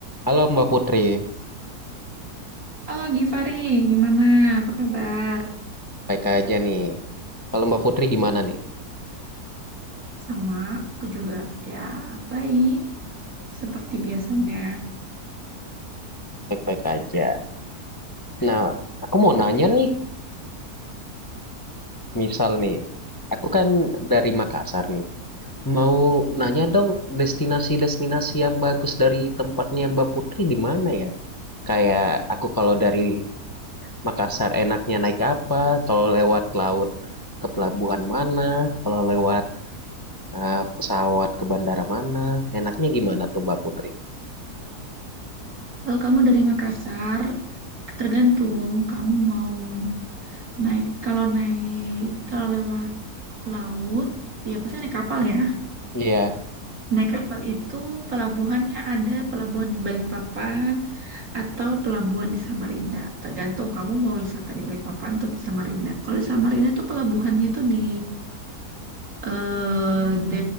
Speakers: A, on the left (about 20°); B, on the right (about 65°).
A: Halo Mbak Putri,
B: Oh, Givari, gimana? Apa kabar?
A: baik aja nih. Kalau Mbak Putri gimana nih?
B: Sama, aku juga ya baik, seperti biasanya.
A: Baik-baik aja. Nah, aku mau nanya nih, misal nih, aku kan dari Makassar nih. Mau nanya dong destinasi-destinasi yang bagus dari tempatnya Mbak Putri di mana ya? Kayak aku kalau dari Makassar enaknya naik apa? Kalau lewat laut ke pelabuhan mana? Kalau lewat eh, pesawat ke bandara mana? Enaknya gimana tuh Mbak Putri?
B: Kalau kamu dari Makassar, tergantung kamu mau naik. Kalau naik, kalau lewat laut, ya pasti naik kapal ya.
A: Iya,
B: Naik kapal itu pelabuhannya ada pelabuhan di Balikpapan atau pelabuhan di Samarinda. Tergantung kamu mau wisata di Balikpapan atau di Samarinda. Kalau di Samarinda itu pelabuhannya itu di eh de,